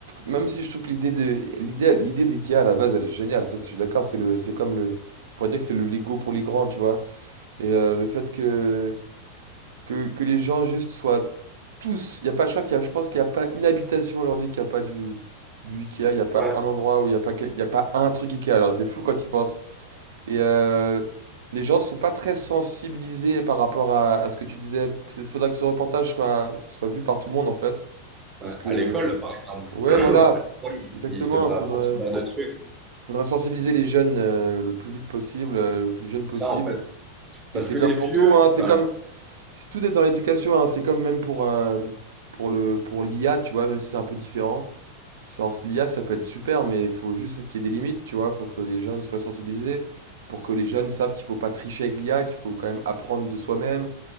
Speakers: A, on the right; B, on the right.
A: même si je trouve que l'idée de l'idée l'idée d'IKEA à la base, elle est géniale. Ça, je suis d'accord. C'est le, c'est comme le, on pourrait dire que c'est le Lego pour les grands, tu vois. Et euh, le fait que, que que les gens juste soient tous, il y a pas, je crois qu'il y a, je pense qu'il y a pas une habitation aujourd'hui qui a pas du du IKEA. Il y a pas
B: Ouais.
A: un endroit où il y a pas, quel- il y a pas un truc IKEA. Alors c'est fou quand ils pensent. Et euh, les gens sont pas très sensibilisés par rapport à, à ce que tu disais. Il faudra que ce reportage soit soit vu par tout le monde en fait, parce
B: Ouais.
A: que
B: À l'école, par exemple,
A: ouais, voilà.
B: ils
A: Exactement,
B: ils devraient
A: il faudrait,
B: apprendre ce genre de trucs.
A: faudrait sensibiliser les jeunes euh, le plus vite possible, euh, le plus jeune possible.
B: C'est ça, en fait. Parce
A: Et c'est
B: que
A: comme
B: les vieux,
A: pour tout, hein, c'est
B: enfin,
A: comme, c'est tout est dans l'éducation, hein, c'est comme même pour, euh, pour le, pour l'IA, tu vois, même si c'est un peu différent. Sans l'IA, ça peut être super, mais il faut juste qu'il y ait des limites, tu vois, Il faut que les jeunes soient sensibilisés, pour que les jeunes savent qu'il faut pas tricher avec l'IA, qu'il faut quand même apprendre de soi-même,